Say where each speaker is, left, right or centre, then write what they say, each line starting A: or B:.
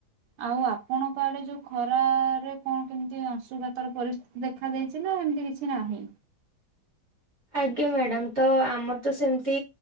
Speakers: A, on the right; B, on the right.
A: ଆଉ ଆପଣଙ୍କ ଆଡେ ଯୋଉ ଖରା ରେ କଣ କେମିତି ଅଂଶୁଘାତର ପରିସ୍ଥିତି ଦେଖାଦେଇଛି ନା ଏମିତି କିଛି ନାହିଁ।
B: ଆଜ୍ଞା ମ୍ୟାଡ଼ାମ୍ ତ ଆମର ତ ସେମ୍ତି